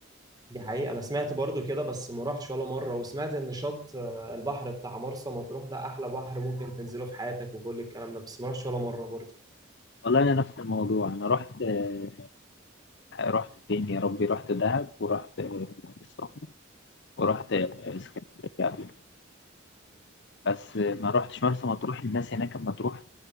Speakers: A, on the right; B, on the left.
A: دي حقيقة أنا سمعت برضو كده بس ما رحتش ولا مرة وسمعت إن شط آه، البحر بتاع مرسى مطروح ده أحلى بحر ممكن تنزله في حياتك وكل الكلام ده بس ما رحتش ولا مرة برضو
B: والله انا نفس الموضوع انا رحت آه، رحت فين يا ربي رحت دهب ورحت العين السخنة ورحت اسكندرية قبل كده. بس ما رحتش مرسى مطروح الناس هناك لما تروح